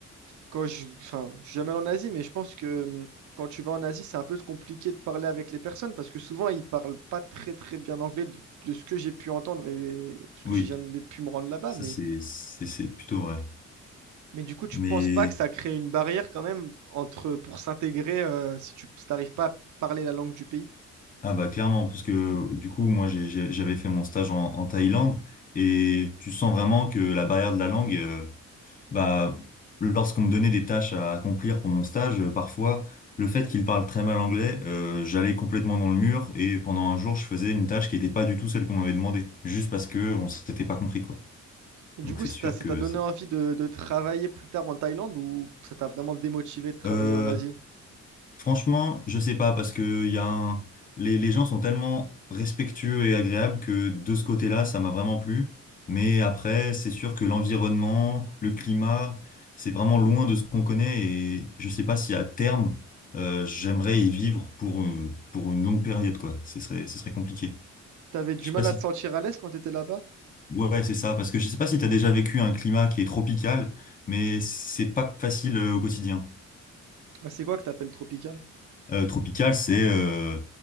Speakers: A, on the right; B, on the left.
A: quand je, enfin, je suis jamais allé en Asie, mais je pense que hum, quand tu vas en Asie, c'est un peu compliqué de parler avec les personnes parce que souvent, ils parlent pas très très bien anglais de, de ce que j'ai pu entendre et parce
B: Oui,
A: que j'ai jamais pu me rendre là-bas.
B: ça,
A: Mais,
B: c'est, c'est, c'est plutôt vrai.
A: mais du coup, tu
B: Mais,
A: penses pas que ça crée une barrière quand même entre pour s'intégrer euh, si tu n'arrives pas à parler la langue du pays?
B: ah bah, clairement, parce que du coup, moi, j'ai, j'ai- j'avais fait mon stage en, en Thaïlande et tu sens vraiment que la barrière de la langue, euh, Bah, lorsqu'on me donnait des tâches à accomplir pour mon stage, euh, parfois, le fait qu'il parle très mal anglais, euh, j'allais complètement dans le mur et pendant un jour, je faisais une tâche qui n'était pas du tout celle qu'on m'avait demandé, juste parce que on s'était pas compris, quoi.
A: Et du
B: Donc
A: coup,
B: c'est
A: ça
B: sûr
A: t'a ça
B: que
A: t'a donné
B: c'est.
A: envie de, de travailler plus tard en Thaïlande ou ça t'a vraiment démotivé de travailler
B: Euh,
A: en Asie?
B: Franchement, je sais pas parce que y a un- les, les gens sont tellement respectueux et agréables que de ce côté-là, ça m'a vraiment plu. Mais après, c'est sûr que l'environnement, le climat, c'est vraiment loin de ce qu'on connaît et je sais pas si à terme, euh, j'aimerais y vivre pour, euh, pour une longue période, quoi. Ce serait, ce serait compliqué.
A: T'avais du
B: Je sais
A: mal
B: pas si,
A: à te sentir à l'aise quand t'étais là-bas?
B: ouais, ouais, c'est ça parce que je sais pas si tu as déjà vécu un climat qui est tropical, mais c'est pas facile euh, au quotidien.
A: Ah, C'est quoi que t'appelles tropical?
B: Euh, tropical, c'est euh,